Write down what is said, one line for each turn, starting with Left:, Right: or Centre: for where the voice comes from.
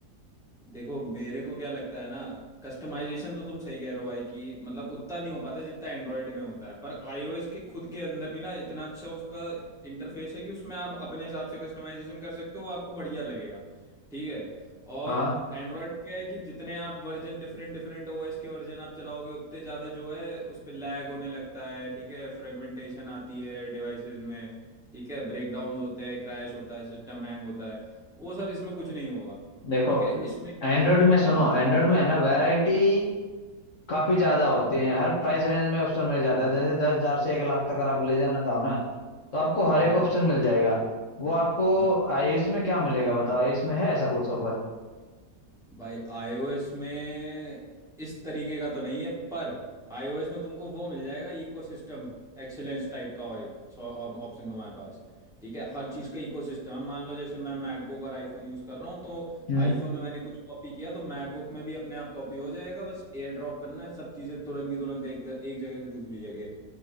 Centre: देखो मेरे को क्या लगता है ना कस्टमाइजेशन तो तुम सही कह रहे हो भाई कि मतलब उतना नहीं हो पाता जितना एंड्रॉयड में होता है पर आईओएस के खुद के अंदर भी ना इतना अच्छा उसका इंटरफेस है कि उसमें आप अपने हिसाब से कस्टमाइजेशन कर सकते हो वो आपको बढ़िया लगेगा ठीक है और
Left: हाँ
Centre: एंड्रॉयड में क्या है कि जितने आप वर्जन डिफरेंट डिफरेंट ओएस के वर्जन आप चलाओगे उतने ज़्यादा जो है उस पर लैग होने लगता है ठीक है फ्रेगमेंटेशन आती है डिवाइसेस में ठीक है ब्रेकडाउन्स होते हैं क्रैश होता है सिस्टम हैंग होता है वो सब इसमें कुछ नहीं होगा
Left: देखो
Centre: ठीक है इसमें
Left: एंड्रॉयड में सुनो
Centre: हाँ
Left: एंड्रॉयड में है ना वैरायटी काफी ज्यादा होती है हर प्राइस रेंज में ऑप्शन मिल जाता है जैसे दस हजार से एक लाख तक अगर आप ले जाना चाहो ना तो आपको हर
Centre: हाँ
Left: एक ऑप्शन मिल जाएगा वो आपको
Centre: हाँ
Left: आयुष में क्या मिलेगा बताओ आयुष में है ऐसा कुछ ऑफर
Centre: भाई iOS में इस तरीके का तो नहीं है पर iOS में तुमको वो मिल जाएगा इकोसिस्टम एक्सीलेंस टाइप का एक ऑप्शन तुम्हारे पास ठीक है हर चीज़ का इकोसिस्टम है मान लो जैसे मैं मैकबुक और आईफोन यूज़ कर रहा हूँ तो
Left: हम्म
Centre: आईफोन में मैंने कुछ कॉपी किया तो मैकबुक में भी अपने आप कॉपी हो जाएगा बस एयर ड्रॉप करना है सब चीज़ें तुरंत की तुरंत एक, एक जगह से दूसरी जगह